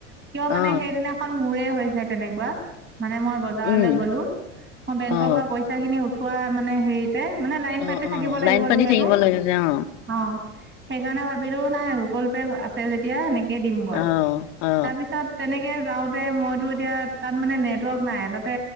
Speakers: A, on the right (about 30°); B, on the left (about 70°).
A: কিয় মানে
B: অ
A: সেইদিনাখন মোৰেই হৈছে তেনেকুৱা মানে মই বজাৰলৈ
B: উম
A: গ'লোঁ। মই বেংকৰ
B: অ
A: পৰা পইচাখিনি উঠোৱা মানে হেৰিত মানে লাইন
B: অ
A: পাতি
B: অ
A: থাকিব লাগিব।
B: লাইন পাতি
A: যিহেতু
B: থাকিব লাগে যে অ
A: অঁ সেইকাৰণে ভাবিলোঁ। নাই গুগল পে আছে যেতিয়া সেনেকেই দিম গৈ।
B: অ অ
A: তাৰপিছত তেনে যাওঁতে মইতো এতিয়া তাত মানে নেটৱৰ্ক নাই তাতে